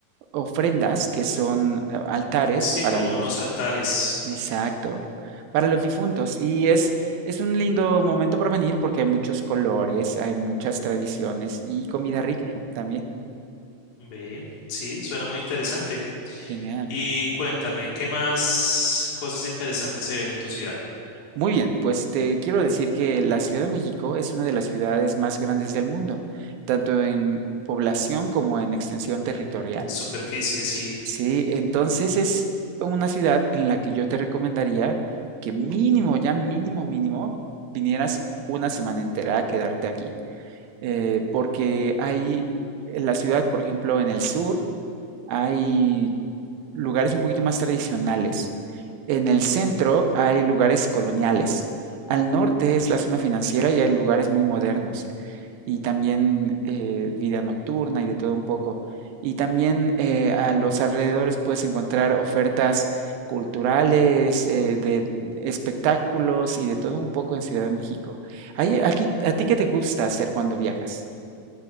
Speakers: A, on the right; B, on the left.
A: ofrendas que son eh, altares
B: Sí,
A: para
B: como
A: los,
B: unos altares.
A: exacto, para los difuntos. Y es, es un lindo momento para venir porque hay muchos colores, hay muchas tradiciones y comida rica también.
B: Ve, sí, suena muy interesante.
A: Genial.
B: Y cuéntame, ¿qué más cosas interesantes se ven en tu ciudad?
A: Muy bien, pues te quiero decir que la Ciudad de México es una de las ciudades más grandes del mundo, tanto en población como en extensión
B: Mm,
A: territorial.
B: En superficie, sí.
A: Sí, entonces es una ciudad en la que yo te recomendaría que mínimo, ya mínimo, mínimo, vinieras una semana entera a quedarte aquí. Eh, porque hay en la ciudad, por ejemplo, en el sur, hay lugares un poquito más tradicionales. En el centro hay lugares coloniales. Al norte es la zona financiera y hay lugares muy modernos y también eh, vida nocturna y de todo un poco. Y también eh, a los alrededores puedes encontrar ofertas culturales, eh, de espectáculos y de todo un poco en Ciudad de México. Ahí- aquí, ¿a ti qué te gusta hacer cuando viajas?